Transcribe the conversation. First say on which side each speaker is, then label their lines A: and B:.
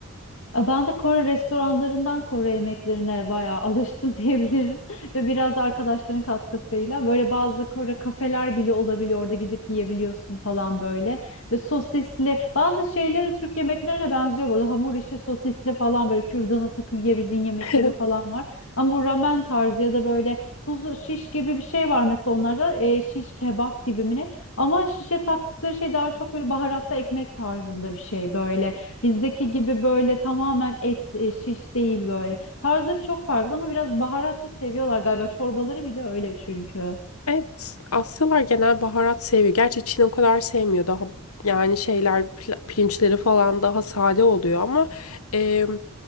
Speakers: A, on the left (about 65°); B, on the left (about 80°).
A: E, Ben de Kore restoranlarından Kore yemeklerine bayağı alıştım <laughs> diyebilirim. Ve biraz da arkadaşların katkısıyla böyle bazı Kore kafeler bile olabiliyor. Orada gidip yiyebiliyorsun falan böyle. Ve sosisli bazı şeyleri Türk yemeklerine benziyor. Burada hamur işi sosisli falan böyle kürdana takıp yiyebildiğin yemekleri
B: <laughs>
A: falan var. Ama bu ramen tarzı ya da böyle kuzu şiş gibi bir şey var mesela onlarda e, şiş kebap gibi mi ne? Ama şişe taktıkları şey daha çok böyle baharatlı ekmek tarzında bir şey böyle. Bizdeki gibi böyle tamamen et e, şiş değil böyle. Tarzları çok farklı ama biraz baharatlı seviyorlar galiba. Çorbaları bile öyle çünkü.
B: Evet, Asyalar genel baharat seviyor. Gerçi Çin o kadar sevmiyor. Daha yani şeyler pil- pirinçleri falan daha sade oluyor ama e,